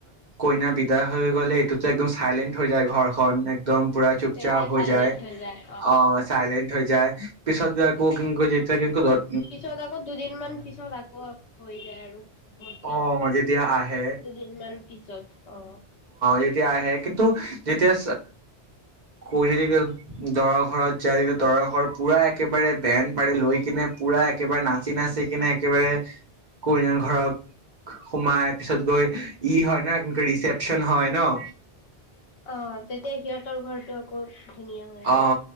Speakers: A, on the right (about 45°); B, on the left (about 80°).
A: কইনা বিদায় হৈ গ'লে এইটোতো একদম চাইলেণ্ট হৈ যায় ঘৰখন একদম পুৰা চুপচাপ
B: তেতিয়া
A: হৈ
B: চাইলেণ্ট
A: যায়
B: হৈ যায়
A: অ চাইলেণ্ট হৈ যায় পিছত গৈ আকৌ সেনেকুৱা যেতিয়া ঘৰত
B: পিছত আকৌ দুদিনমান পিছত আকৌ হৈ যায় আৰু ভৰ্তি
A: অ যেতিয়া আহে
B: দুদিনমান পিছত অ
A: যেতিয়া আহে কিন্তু যেতিয়া কইনা যেতিয়া দৰা ঘৰত যায় তিয়া দৰা ঘৰ পুৰা একেবাৰে বেন পাৰি লৈ কিনে পুৰা একেবাৰে নাচি নাচি কিনে একেবাৰে কইনাৰ ঘৰত সোমাই পিছত গৈ ই হয় ন কি ৰিচেপ অপচন হয় ন
B: অ তেতিয়া সিহঁতৰ ঘৰটো আকৌ ধুনীয়া হৈ যায়
A: অ